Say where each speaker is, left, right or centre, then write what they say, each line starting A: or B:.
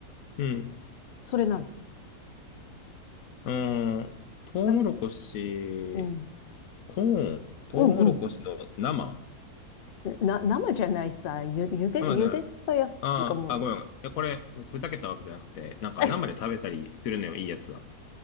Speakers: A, on the left; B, on the left.
A: うん。
B: それなの。
A: うーん、トウモロコシ、
B: な、うん、
A: コーン、トウモロコシの生
B: うん、うん。な、生じゃないさ、ゆ、ゆで、
A: 生じゃない。
B: ゆでたやつっていうかもう、
A: あーあ、ごめん。ごめんいや、これ、ふざけたわけじゃなくて、なんか生で食べたりするのよ、
B: <laughs>
A: いいやつは。